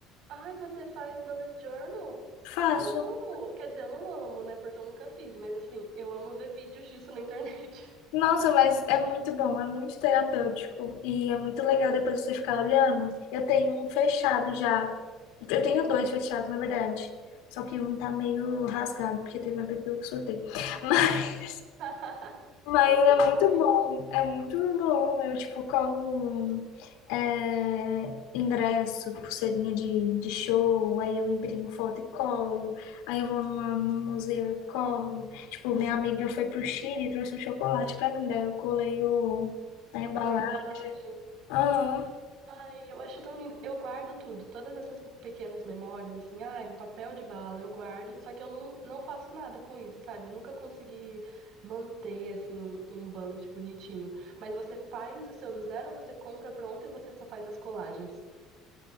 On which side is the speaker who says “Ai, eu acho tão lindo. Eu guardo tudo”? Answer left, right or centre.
Right